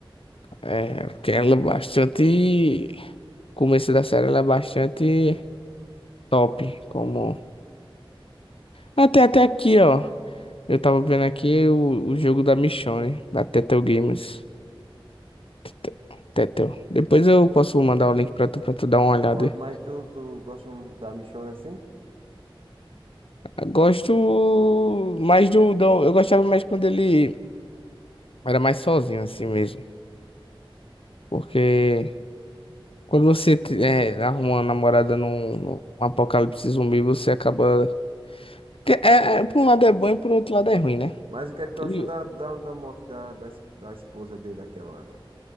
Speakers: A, on the left; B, on the right.
A: É, porque ela é bastante. Começo da série, ela é bastante top. Como. Até, até aqui, ó. Eu tava vendo aqui o, o jogo da Michonne, da Telltale Games. Tete- Telltale. Depois eu posso mandar o link pra tu, pra tu dar uma olhada.
B: Pode, mas tu, tu gosta da Michonne assim?
A: Eu gosto mais do, do. Eu gostava mais quando ele era mais sozinho, assim mesmo. Porque. Quando você te- é, arruma uma namorada num, num apocalipse zumbi, você acaba. que É, é, por um lado é bom e por outro lado é ruim, né?
B: Mas o que é que tu
A: E
B: achou da, da, da morte da, da, es- da esposa dele, aquela